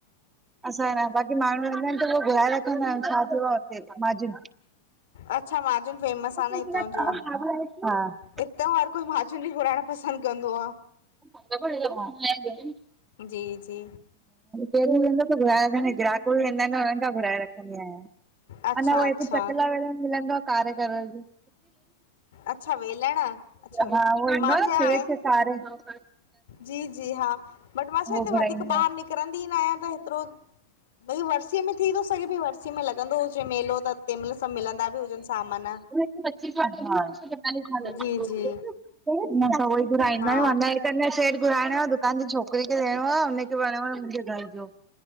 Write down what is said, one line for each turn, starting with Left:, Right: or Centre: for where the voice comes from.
Right: असां न, बाक़ी माण्हू रहंदा आहिन त उहो घुराए रखंदा आहियूं छा।
Left: अच्छा माजून फेमस
Right: ी न <unintelligible>
Left: आहे हितां जो
Right: ह हा
Left: हितां हर कोई माजून घुराइण पसंद कंदो आ।
Right: <unintelligible>
Left: जी जी
Right: हदो घर र ग्राहक बि वेंदा आहिन न, हुननि खां घुराए रखंदी आहियां।
Left: अच्छा
Right: अंञा उह
Left: अच्छा
Right: हिते पटलाेल मिलंदो आ कारेगर जो।
Left: अच्छा वेलण अच्छा
Right: हा उह
Left: मूंखे
Right: ईंदो सेच
Left: हाणे
Right: खारे हिकङो।
Left: जी जी हा, बट मां छा
Right: उहो
Left: हिते
Right: घुराईंदी
Left: वधीक ॿाहिरि
Right: आहियां
Left: निकिरंदी न आहियां त हेतिरो। भई वरसीअ में थी तो सघे भई वरसीअ में लॻंदो हुजे मेलो त तंहिं महिल सभु मिलंदा बि हुजनि सामान।
Right: असां
Left: जी जी
Right: वई घुरहंदा
Left: हा
Right: आहियूं। तने शेट घुराइण <unintelligible> तांजी छोकिरी खे ॾियणो आहे हुनखे विणो आहे मुंहिंजे घर जो